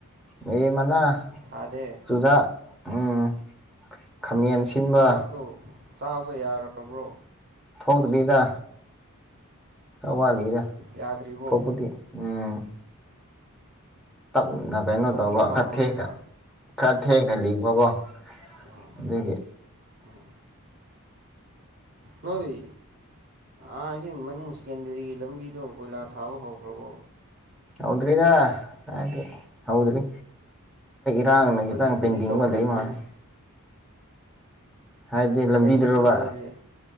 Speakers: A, in the centre; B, on the right (about 55°).
A: ꯃꯤ ꯃꯅꯥ
B: ꯊꯥꯗꯦ
A: ꯆꯨꯖꯥꯛ ꯎꯝ ꯈꯥꯃꯦꯟ ꯁꯤꯟꯕ
B: ꯆꯨꯖꯥꯛꯇꯣ ꯆꯥꯕ ꯌꯥꯔꯕ꯭ꯔꯣ
A: ꯊꯣꯛꯇ ꯕꯤꯗ ꯍꯋꯥꯂꯤ ꯗ
B: ꯌꯥꯗ꯭ꯔꯤꯕꯣ
A: ꯊꯣꯄꯗꯤ ꯎꯝ ꯇꯞ ꯅ ꯀꯩꯅꯣ
B: ꯊꯣꯛꯄꯨꯗꯤ
A: ꯇꯧꯕ
B: ꯍꯧꯔꯝꯃꯅꯤꯅ
A: ꯈꯔ ꯊꯦꯛꯒ ꯈꯔ ꯊꯦꯡꯅ ꯂꯤꯡꯕꯀꯣ
B: ꯎꯝ
A: ꯑꯗꯨꯗꯒꯤ
B: ꯎꯝ ꯅꯣꯏ ꯑ ꯁꯤ ꯃꯅꯤꯡ ꯁꯦꯀꯦꯟꯗꯔꯤꯒꯤ ꯂꯝꯕꯤꯗꯣ ꯀꯣꯏꯂꯥ ꯊꯥꯕ ꯍꯧꯈ꯭ꯔꯕꯣ
A: ꯍꯧꯗ꯭ꯔꯤꯗꯗꯤ ꯍꯧꯗꯔꯤ ꯇꯥꯡꯅ
B: ꯀꯔꯤ
A: ꯇꯪ
B: ꯀꯔꯤ
A: ꯄꯦꯟꯗꯤꯕꯗ
B: ꯇꯧꯔ ꯂꯩꯕ꯭ꯔꯅꯦ
A: ꯋꯥꯅꯦ ꯍꯥꯏꯗꯤ ꯂꯝꯕꯤꯗ꯭ꯔꯕ
B: ꯀꯩꯁꯨ ꯁꯨꯗꯦ ꯍꯧꯖꯤꯛ